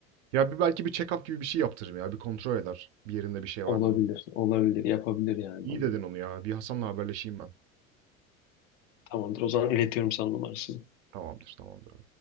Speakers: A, on the right; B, on the left.
A: Ya bir belki bir check-up gibi bir şey yaptırırım ya. Bir kontrol eder. Bir yerinde bir şey
B: Olabilir.
A: var mı?
B: Olabilir. Yapabilir yani
A: İyi
B: onu.
A: dedin onu ya. Bir Hasan'la haberleşeyim ben.
B: Tamamdır. O zaman iletiyorum sana numarasını.
A: Tamamdır, tamamdır.